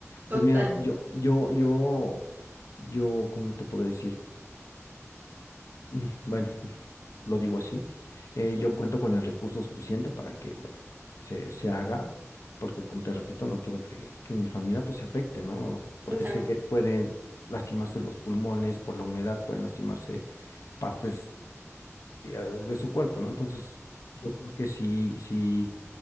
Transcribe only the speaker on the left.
Pues mira, yo, yo, yo, yo, ¿cómo te puedo decir? Mm, Bueno, lo digo así, eh,
yo cuento con el recurso suficiente para que, bueno, se, se haga, porque como te repito, no quiero que, que mi familia pues se afecte, ¿no? Porque
sé que pueden lastimarse los pulmones por la humedad, pueden lastimarse partes y, ah, de su cuerpo, ¿no? Entonces, yo creo que sí, sí,